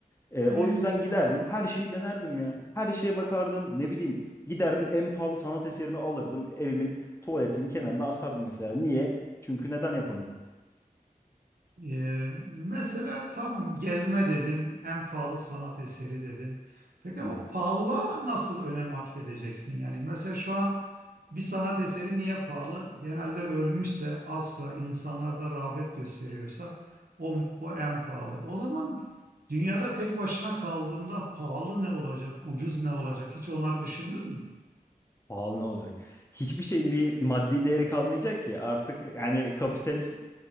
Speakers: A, on the left (about 15°); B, on the right (about 85°).
A: E,
B: Yani
A: o yüzden giderdim her şeyi denerdim ya. Her şeye bakardım ne bileyim giderdim en pahalı sanat eserini alırdım evimin tuvaletimin kenarına asardım mesela. Niye? Çünkü neden yapamayayım?
B: Ee, mesela tamam gezme dedin, en pahalı sanat eseri dedin. Peki
A: Hı
B: o
A: hı.
B: pahalılığa nasıl önem atfedeceksin? Yani mesela şu an bir sanat eseri niye pahalı? Genelde ölmüşse, azsa, insanlarda rağbet gösteriyorsa o, o en pahalı. O zaman dünyada tek başına kaldığında pahalı ne olacak, ucuz ne olacak? Hiç onları düşündün mü?
A: Pahalı ne olacak? Hiçbir şeyin bir maddi değeri kalmayacak ki artık yani kapitalist